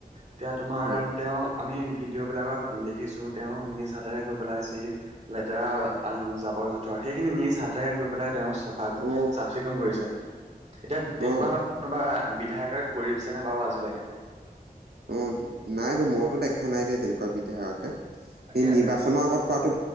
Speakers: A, on the right; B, on the right.
A: এতিয়া তোমাৰ
B: হয়
A: তেওঁ আমি ভিডিঅ' বিলাকত দেখিছোঁ তেওঁ নিজ হাত গৈ পেলাই যি লেতেৰা জাবৰ-জোথৰ সেইখিনি নিজ হাতেৰে গৈ পেলাই তেওঁ ভাল
B: অ
A: চাফ চিকুণ কৰিছে, এতিয়া তেনেকুৱা
B: অ
A: বা কোনোবা বিধায়কে কৰিছেনে বাৰু আজিলৈকে?
B: অ' নাইতো মইতো দেখা নাই দেই তেনেকুৱা। বিধায়কে
A: তাকে
B: এই নিৰ্বাচনৰ
A: তেওঁ
B: আগত কৰাটো